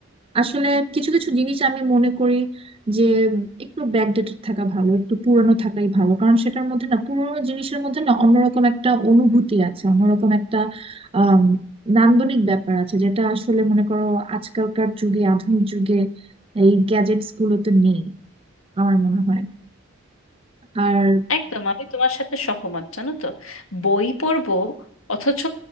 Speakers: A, on the right; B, on the left.
A: আসলে কিছু কিছু জিনিস আমি মনে করি যে একটু ব্যাকডেটেড থাকা ভালো একটু পুরনো থাকাই ভালো কারণ সেটার মধ্যে না পুরনো জিনিসের মধ্যে না অন্যরকম একটা অনুভূতি আছে অন্যরকম একটা আম, নান্দনিক ব্যাপার আছে যেটা আসলে মনে করো আজকালকার যুগে আধুনিক যুগে এই গ্যাজেটস গুলোতে নেই আমার মনে হয় আর
B: একদম আমি তোমার সাথে সহমত জানো তো বই পড়বো অথচ